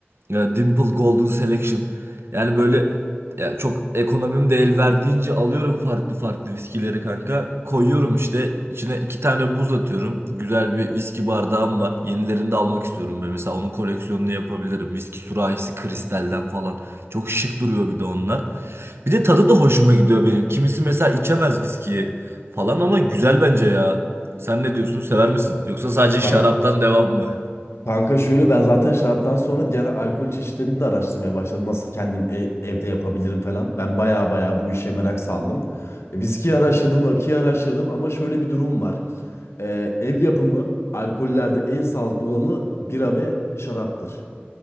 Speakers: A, on the right (about 65°); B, on the left (about 75°).
A: Ya Dimple Golden Selection. Yani böyle ya çok ekonomim de el verdiğince alıyorum farklı farklı viskileri kanka. Koyuyorum işte içine iki tane buz atıyorum. Güzel bir viski bardağım var. Yenilerini de almak istiyorum. Böyle mesela onun koleksiyonunu yapabilirim. Viski sürahisi kristalden falan. Çok şık duruyor bir de onlar. Bir de tadı da hoşuma gidiyor benim. Kimisi mesela içemez viskiyi falan ama güzel bence ya. Sen ne diyorsun? Sever misin? Yoksa sadece şaraptan
B: Ha-
A: devam mı?
B: Kanka şöyle ben zaten şaraptan sonra diğer alkol çeşitlerini de araştırmaya başladım. Nasıl kendim e- evde yapabilirim falan. Ben baya baya bu işe merak saldım. E, Viskiyi araştırdım, rakıyı araştırdım ama şöyle bir durum var. E, ev yapımı alkollerde en sağlıklı olanı bira ve şaraptır.